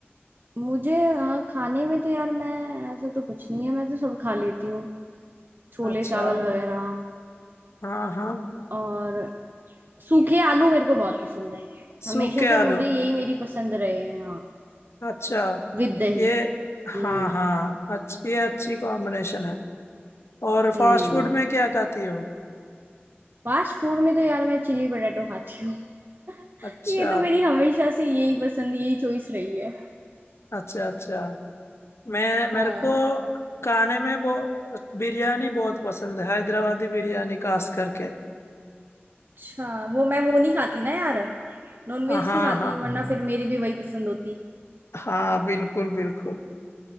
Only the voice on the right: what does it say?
मुझे अ, खाने में तो यार मैं ऐसा तो कुछ नहीं है मैं तो सब खा लेती छोले
चावल वगैरह
और सूखे आलू मेरे को बहुत पसंद है
हमेशा से मुझे
यही मेरी पसंद रहे हैं हाँ
विद दही
हम्म
हम्म
फास्ट फूड में तो यार मैं चिली पटेटो खाती हूँ <laughs>
ये तो मेरी हमेशा से यही पसंद यही चॉइस रही है
हाँ
अच्छा वो मैं वो नहीं खाती ना यार नॉनवेज
नहीं खाती
वरना फिर मेरी भी वही पसंद होती